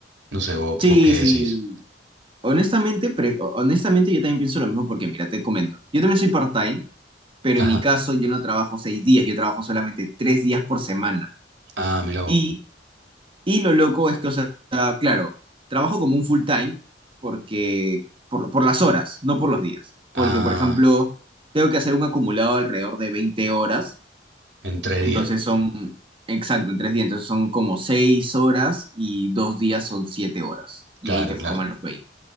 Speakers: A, on the right; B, on the right.
A: No sé, vos,
B: sí,
A: vos qué decís.
B: sí, Honestamente, pre- honestamente, yo también pienso lo mismo porque, mira, te comento. Yo también soy part-time, pero
A: Ajá.
B: en mi caso yo no trabajo seis días, yo trabajo solamente tres días por semana.
A: Ah, mira vos.
B: Y, y lo loco es que, o sea, claro, trabajo como un full-time porque, por, por las horas, no por los días. Porque,
A: Ah,
B: por ejemplo, tengo que hacer un acumulado alrededor de 20 horas,
A: en tres
B: entonces
A: días.
B: son, exacto, en tres días, entonces son como seis horas y dos días son siete horas. Y
A: Claro,
B: ahí te
A: claro.
B: forman los veinte